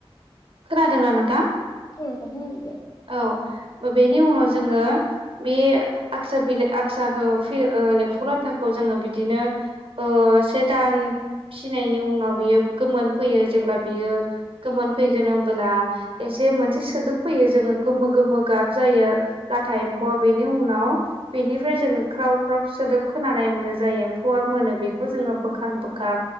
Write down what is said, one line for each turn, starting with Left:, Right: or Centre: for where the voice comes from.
Right: खोनादोंना नोंथां?
Left: औ‌ नोंथां खोनादोंदे
Right: औ बेनि उनाव जोंङो बे आक्सा बिलाइ आक्साखौ फि ओ एम्फौ लाथाखौ जोंङो बिदिनो ओ से दान फिनायनि उनाव बियो गोमोन फैयो जेब्ला बियो गोमोन फैगोन होनोमबोला एसे मोनसे सोदोब फैयो जोङो गोमो गोमो गाब जायो लाथा‌ एम एम्फौआ बेनि उनाव बेनिफ्राय जोङो ख्राव ख्राव सोदोब खोनानाय मोनो जाय एम्फौआ मोनो बेखो बेखौ जोङो बोखां बोखां